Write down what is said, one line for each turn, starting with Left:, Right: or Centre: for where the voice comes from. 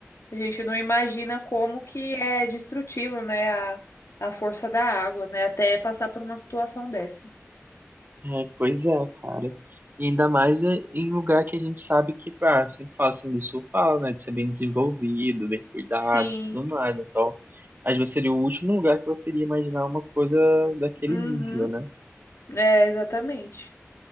Left: A gente não imagina como que é destrutivo, né, a, a força da água, né, até passar por uma situação dessa.
Right: É, pois é, cara. E ainda mais é em lugar que a gente sabe que, ah, sempre fala assim do sul, fala, né, de ser bem desenvolvido, bem cuidado
Left: Sim,
Right: e tudo mais. Então, às vezes seria o último lugar que você iria imaginar uma coisa daquele
Left: uhum,
Right: nível, né?
Left: é, exatamente.